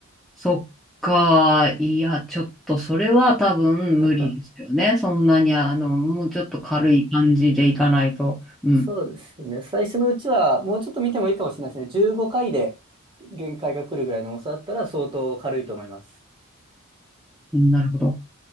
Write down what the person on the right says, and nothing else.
<laughs>
はい。
そうですね。最初のうちは、もうちょっと見てもいいかもしれないですね。15回で限界が来るぐらいの重さだったら相当軽いと思います。